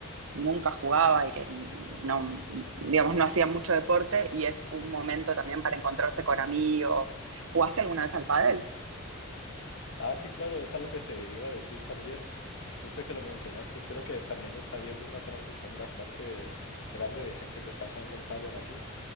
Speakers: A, on the right; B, on the left.
A: nunca jugaba y que no, digamos, no hacía mucho deporte y es un momento también para encontrarse con amigos. ¿Jugaste alguna vez al pádel?
B: Ah, sí, claro, es algo que te iba a decir también. Justo que lo mencionaste, creo que también está habiendo una transición bastante grande de gente que está jugando al pádel aquí